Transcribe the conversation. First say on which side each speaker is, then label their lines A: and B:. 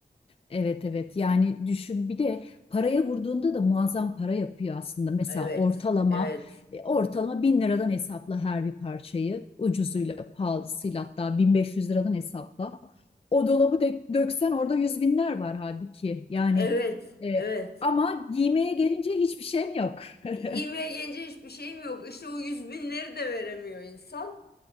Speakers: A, on the left; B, on the left.
A: Evet evet yani düşün bir de paraya vurduğunda da muazzam para yapıyor aslında. Mesela
B: Evet,
A: ortalama
B: evet,
A: e, ortalama 1000 liradan hesapla her bir parçayı ucuzuyla pahalısıyla hatta 1500 liradan hesapla. O dolabı dök- döksen orada yüz binler var halbuki yani
B: evet,
A: e,
B: evet.
A: ama giymeye gelince hiçbir şeyim yok. <laughs>
B: Yemeğe gelince hiçbir şeyim yok. İşte o yüz binleri de veremiyor insan.